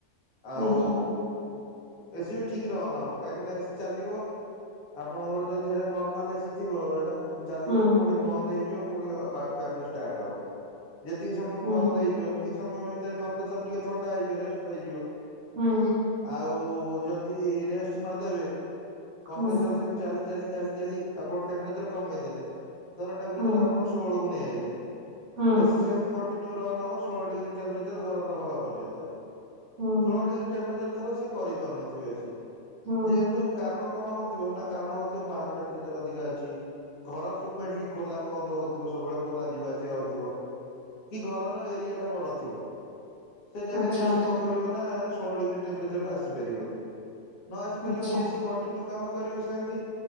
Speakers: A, on the left; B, on the right.
A: ଆଉ
B: ଆଜ୍ଞା
A: ଏସି ବି ଠିକ ରହନହବ କାହିଁକି ନା ଏସି ଚାଲିବ ଆପଣଙ୍କର ଯଦି ସେଟା ନର୍ମାଲ ଏସି ିବ ଚାଲିବ
B: ହୁଁ
A: ପୁଣି ବନ୍ଦ ହେଇଯିବ ପୁଣି ଆପେ ଆପେ ଷ୍ଟାର୍ଟ ହବ ଯେତିକ ସମୟ
B: ହୁଁ
A: ବନ୍ଦ ହେଇଯିବ ସେତିକ ସମୟ ସର ଟିକେ ଥଣ୍ଡା ହେଇଯିବ ରେଷ୍ଟ ପାଇଯିବ <inaudible>
B: ହୁଁ
A: ଆଉ ଓ ଯଦି ରେଷ୍ଟ ନଦେବେ କମ୍ପ୍ରେସର
B: ହୁଁ
A: ସେମତି ଚାଲି ଚାଲି ଚାଲି ଚାଲି ଆପଣ ଟେମ୍ପରେଚର କମେଇଦେଲେ। ତର ଟେମ୍ପରେଚର୍
B: ହୁଁ
A: ଆପଣ ଷୋଳକୁ ନେଇଆଇଲେ। <inaudible>
B: ହୁଁ
A: ଏସି ସେମତି କଣ? ବ ଷୋହଳ ଡିଗ୍ରୀ ଟମ୍ଚର ଘରର ହବା ପର୍ଯ୍ୟନ୍ତ।
B: ହୁଁ
A: ସୋଳ ଡିଗ୍ରୀ ଟେମ୍ପ୍ରେଚର ଧର ସେ କରିପାରୁନଥିବ ଏସି।
B: ହୁଁ
A: ଯେହେତୁ କାରଣ କଣ ହଉଥିବ ନା କାରଣ ହଉଥିବ ବାହାର ଟେମ୍ପ୍ରେ ଅ ଘର ଖୋଲା ବନ୍ଦ ହଉଥିବ ସବୁବେଳେ ଖୋଲା ଯିବା ଆସିବା ହଉଥିବ କି ଘରର ଏରିଆ ଟା ବଡ ଥିବ। ସେ ଜାଗାରେ
B: ଆଚ୍ଛା
A: ଏସି କଣ କରିବ ନା ଷୋହଳ ଡିଗ୍ରୀ ଟେମ୍ପରେଚରକୁ ଆସିପାରିବନି। ନ ଆସି ପାରିବ
B: ଆଚ୍ଛା
A: ଯ ଏସି କଣ୍ଟିନ୍ୟୁ କାମ କରିବ ସେ୍ମତି।